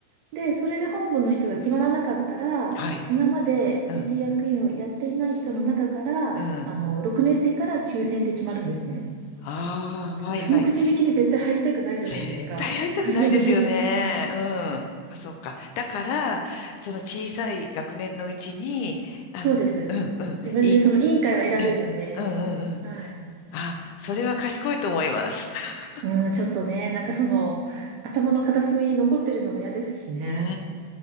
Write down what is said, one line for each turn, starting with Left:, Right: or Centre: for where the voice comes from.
Right: で、それで本部の人が決まらなかったら、
Left: はい、
Right: 今まで
Left: うん、
Right: PT 役員をやっていない人の中から、
Left: うん、
Right: あの、6年生から抽選で決まるんですね。
Left: ああ、
Right: だからそのくじ引きに絶対入りたくないじゃないですか。
Left: はいはい。絶対やりたくないですよね。
Right: <laughs>
Left: うん。あ、そっか。だから、その小さい学年のうちに、あの、
Right: そうです。
Left: うん、うん、
Right: 自分でその委員会は選べるので、
Left: いい、うん、うん、うん、うん
Right: はい。
Left: あ、それは賢いと思います。<laughs>
Right: うん、ちょっとね、なんかその、頭の片隅に残ってるのも嫌ですしね。
Left: うん。